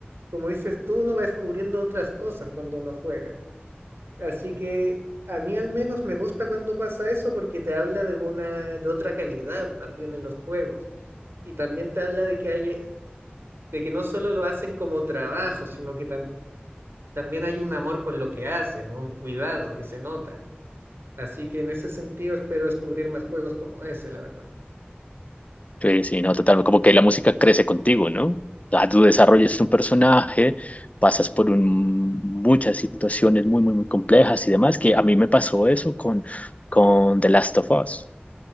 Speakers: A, on the right; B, on the left.
A: como dices tú, uno va descubriendo otras cosas cuando uno juega. Así que a mí al menos me gusta cuando pasa eso porque te habla de una, de otra calidad también en los juegos. Y también te habla de que hay, de que no solo lo hacen como trabajo, sino que tam- también hay un amor por lo que hacen, un cuidado que se nota. Así que en ese sentido espero descubrir más juegos como ese, la verdad.
B: Sí, sí, no, total, como que la música crece contigo, ¿no? O sea, tú desarrollas un personaje, pasas por un- muchas situaciones muy, muy, muy complejas y demás, que a mí me pasó eso con, con The Last of Us,